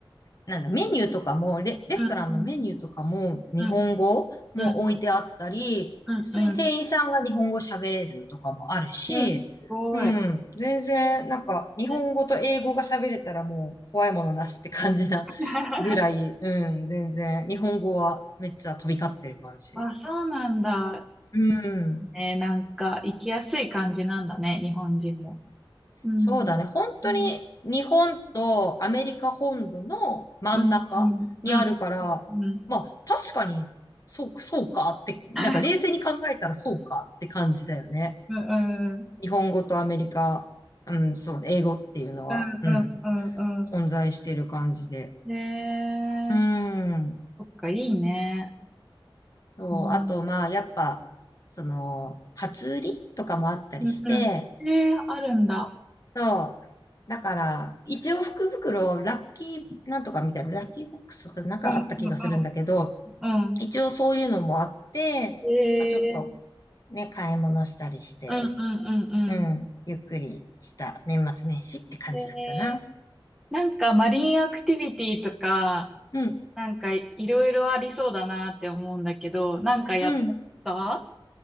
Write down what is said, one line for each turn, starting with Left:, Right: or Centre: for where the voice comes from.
Left: なんだ、メニューとかもレ、レストランのメニューとかも、
Centre: うんうん。
Left: 日本語も置いてあったり、
Centre: うんうん。うんうん。
Left: 普通に店員さんが日本語喋れるとかもあるし、
Centre: うんすごい。
Left: うん、全然、なんか、日本語と英語が喋れたらもう怖いものなしって感じな
Centre: ね <laughs>
Left: <laughs> ぐらい、うん、全然、日本語はめっちゃ飛び交ってる感じ。
Centre: あ、そうなんだ。
Left: うん。
Centre: ね、なんか、行きやすい感じなんだね、日本人も。うん。
Left: そうだね。本当に日本とアメリカ本土の真ん中にあるから、
Centre: うん。うん。うん。うん。うん。
Left: まあ確かに、そう、そうかって、なんか冷静に考えたらそうかって感じだよね。
Centre: <laughs> うん、うん、
Left: 日本語とアメリカ、うん、そう、英語っていうのは、
Centre: うん、
Left: うん、
Centre: うん、うんう
Left: 混在してる感じで。
Centre: ん。ねえ、
Left: うん、
Centre: そっか、いいね。
Left: そう。
Centre: うん、
Left: あと、まあやっぱ、その、初売りとかもあったりして、
Centre: うん、うん。ええ、あるんだ。
Left: そう。だから、一応福袋、ラッキーなんとかみたいな、ラッキーボックスとかなんかあった気がするんだけど、
Centre: うん、うん、うん。うん。
Left: 一応そういうのもあって、
Centre: ええ、
Left: まあ、ちょっとね、買い物したりして、
Centre: うん、うん、うん、
Left: うん、ゆっくりした年末年始って感じだったな。
Centre: うん。ええ、なんかマリンアクティビティとか、
Left: うん、
Centre: なんかいろいろありそうだなって思うんだけど、なんかやってた
Left: うん。